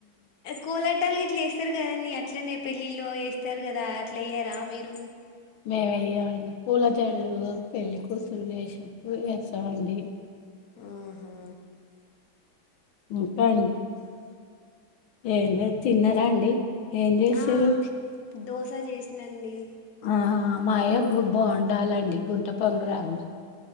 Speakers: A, on the left; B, on the left.
A: కులే పట్టాలుకి ఇట్లా వేస్తారు కధారండీ అట్లనే పెళ్ళిలో వేస్తారు కదా అట్లా అయ్యారా మీరు
B: మేము వెయ్యమండి పూల జల్లు పెళ్లి కూసులు చేసినప్పుడు వేసామండి
A: ఆహా
B: ఇంకా అండి ఎంలే తిన్నారా అండి ఏం చేసారు
A: ఆ దోశ చేసినండి
B: ఆ మాయ బాగుండాలండి గుంట పొంగడలు